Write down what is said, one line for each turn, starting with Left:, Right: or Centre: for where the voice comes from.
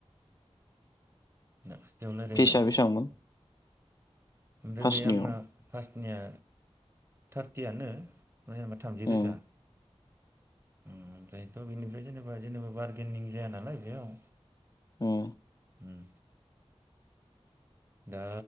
Right: <unintelligible> राय्लायबाय
Left: फिसआ
Right: ओमफ्राय
Left: बेसेबांमोन
Right: ओमफ्राय
Left: फार्स्टनियाव
Right: बे आंना निया थारथियानो। मे होनेबा थामजि
Left: उम
Right: रोजा। ओमफ्रायथ' बेनिफ्राय जेनेबा जेनेबा बार्गेनिं जाया नालाय बेयाव
Left: ओं
Right: उम दा